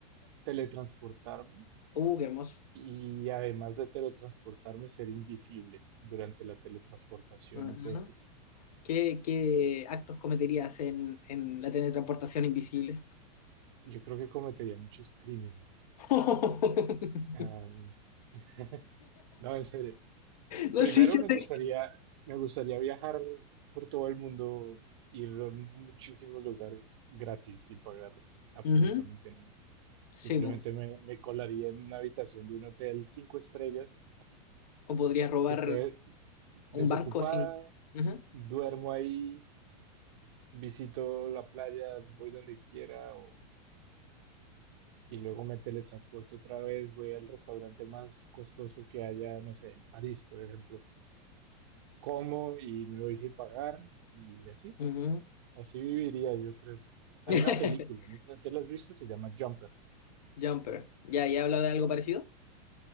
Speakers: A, on the right (about 45°); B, on the left (about 75°).
A: teletransportarme
B: Uh, qué hermoso.
A: y además de teletransportarme, ser invisible durante la teletransportación
B: Ujú.
A: y todo este tiempo.
B: ¿Qué, qué actos cometerías en, en la teletransportación invisible?
A: Yo creo que cometería muchos crímenes.
B: <laughs>
A: Am, <laughs> no, en serio.
B: No,
A: Primero
B: sí, yo
A: me
B: sé.
A: gustaría, me gustaría viajar por todo el mundo, ir a muchísimos lugares gratis sin pagar absolutamente
B: Ujú.
A: nada.
B: Sí,
A: Simplemente
B: po.
A: me, me colaría en una habitación de un hotel cinco estrellas
B: O podrías robar
A: que esté
B: un
A: desocupada,
B: banco sin. Ujú.
A: duermo ahí, visito la playa, voy donde quiera o- y luego me teletransporto otra vez, voy al restaurante más costoso que haya, no sé, en París, por ejemplo, como y me voy sin pagar y así,
B: Ujú.
A: así viviría yo creo. Hay
B: <laughs>
A: una película, ¿no ¿No te la has visto? Se llama Jumper.
B: Jumper. Ya, ya he hablado de algo parecido.